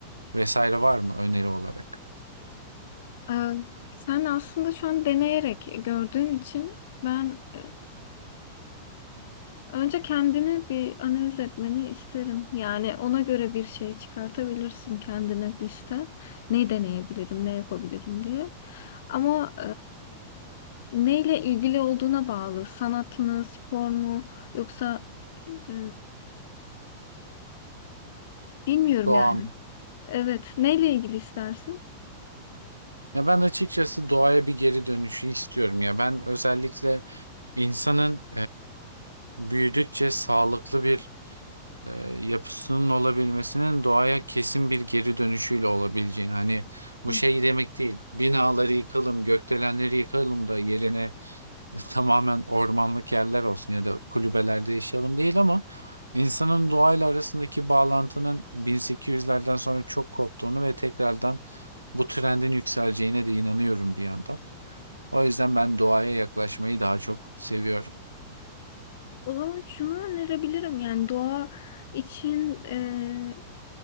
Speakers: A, on the right (about 85°); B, on the left (about 55°).
A: vesaire var mı öneri olarak?
B: Ee, sen aslında şu an deneyerek gördüğün için ben e, önce kendini bir analiz etmeni isterim. Yani ona göre bir şey çıkartabilirsin kendine liste. Ne deneyebilirim, ne yapabilirim diye. Ama e, neyle ilgili olduğuna bağlı. Sanat mı, spor mu yoksa e, bilmiyorum
A: Doğam.
B: Evet, neyle ilgili istersin?
A: Ya ben açıkçası doğaya bir geri dönüşü istiyorum ya. Ben özellikle insanın e, büyüdükçe sağlıklı bir e, yapısının olabilmesinin doğaya kesin bir geri dönüşüyle olabileceğini hani bu
B: Hı.
A: şey demek değil binaları yıkalım gökdelenleri yıkalım da yerine <laughs> tamamen ormanlık yerler olsun ya da kulübelerde yaşayalım değil ama insanın doğayla arasındaki bağlantının 1800'lerden sonra çok koptuğunu ve tekrardan bu trendin yükseleceğine de inanıyorum bir yandan. O yüzden ben doğaya yaklaşmayı daha çok seviyorum.
B: O zaman şunu önerebilirim yani doğa için e,